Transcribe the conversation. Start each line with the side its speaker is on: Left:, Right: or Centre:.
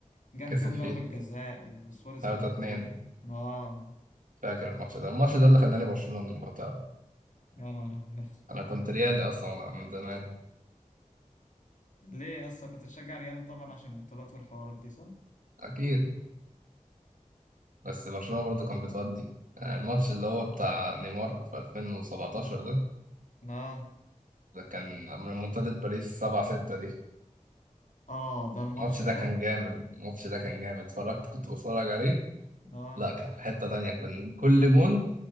Left: جاب
Right: كسب
Left: فيهم
Right: فيه
Left: ضربة جزاء وسواريز
Right: 3
Left: جاب
Right: 2
Left: جول اه
Right: فاكر الماتش ده الماتش ده اللي خلاني برشلونة لو تعرف.
Left: يا نهار أبيض.
Right: انا كنت ريالي اصلا انا من زمان
Left: ليه اصلا كنت بتشجع ريال طبعا عشان البطولات والحوارات دي صح؟
Right: اكيد بس برشلونة برضو كان بتودي آه، الماتش اللي هو بتاع نيمار في 2017 ده
Left: اه
Right: ده كان من منتدى باريس 7 6 دي
Left: اه ده الماتش
Right: الماتش
Left: ده
Right: ده كان جامد الماتش ده كان جامد اتفرجت كنت بتفرج عليه
Left: اه
Right: لا كان في حتة تانية كان كل جون